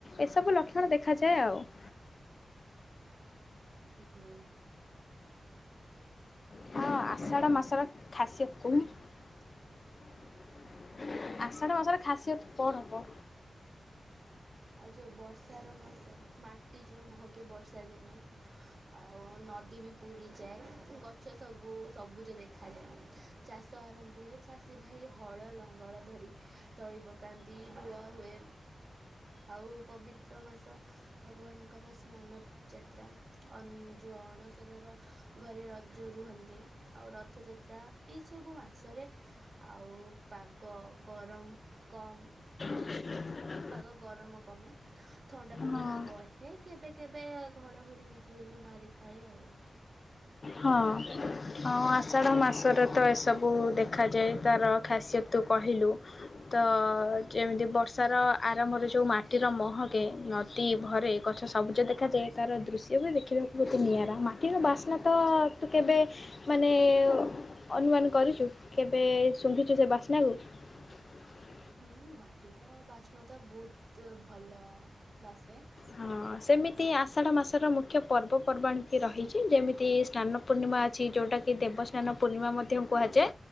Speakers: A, on the left (about 45°); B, on the right (about 50°).
A: ଏସବୁ ଲକ୍ଷଣ ଦେଖାଯାଏ ଆଉ <inaudible>
B: ହୁଁ
A: ହଁ ଆଷାଢ
B: ଆଉ
A: ମାସର ଖାସି୍ୟତ କୁହି ଆଷଢ ମାସଢ ଖାସିତ କଣ ହବ?
B: ଆଉ ଯେଉଁ ବର୍ଷାର ମାସ ମାଟି ଯେଉଁ ମହକେ ବର୍ଷା ଦିନେ ଆଉ ନଦୀ ବି ପୁରିଯାଏ ଗଛ ସବୁ ସବୁଜ ଦେଖାଯାଏ ଚାଷ ଆରମ୍ଭ ହୁଏ ଚାଷୀ ଭାଇ ହଳ ଲଙ୍ଗଳ ଧରି ତଳି ପକାନ୍ତି ରୁଆ ହୁଏ। ଆଉ ପବିତ୍ର ମାସ ଭଗବାନଙ୍କର ସ୍ନାନ ଯାତ୍ରା ଅନୁଯାଇ ଯେଉଁ ଅଣସରର ଘରେ ରଜ ରୁହନ୍ତି ଆଉ ରଥଯାତ୍ରା ଏଇସବୁ ମାସରେ ଆଉ ପାଗ ଗରମ କମ୍
A: ହ <inaudible>
B: ପାାଗ ଗରମ କମେ ଥଣ୍ଡା ପବନ
A: ହଁ
B: ବହେ କେବେ କେବେ ଘଡାଘଡି ବିଜୁଳି ବି ମାରିଥାଏ ଥାଏ।
A: ହୁଁ ହ <inaudible> ହଁ ହଁ ଆଷାଢ ମାସରେ ତ ଏସବୁ ଦେଖାଯାଏ ତାର ଖାସତ କହିଲୁ ତ ଯେମିତି ବର୍ଷାର ଆରମ୍ଭରେ ଯେଉ ମାଟିର ମହକେ ଅତି ଘରେ ଗଛ ସବୁଜ ଦେଖାଯାଏ ତାର ଦୃଶ୍ୟ ବି ଦେଖିବାକୁ ବ ନିଆରା ମାଟିର ବାସ୍ନା ତ ତୁ କେବେ ମାନେ ଅନୁମାନ କରୁଛୁ କେବେ ଶୁଧିଛୁ ସେ ବାସ୍ନା ସ୍ଣ <inaudible>
B: ହୁଁ ମାଟିର ବାସ୍ନା ତ ବହୁତ ଭଲ ବାସେ
A: ହଁ ସେମିତି ଆଷାଢ ମାସର ମୁଖ୍ୟ ପର୍ବପର୍ବାଣ କି ରହିଛି ଯେମିତି ସ୍ନାନ ପୂର୍ଣ୍ଣିମା ପୂଣିମା ଅଛି ଯୋଉଟା କି ଦେବସ୍ନାନ ପୂର୍ଣ୍ଣିମା ମଧ୍ୟ କୁହାଯାଏ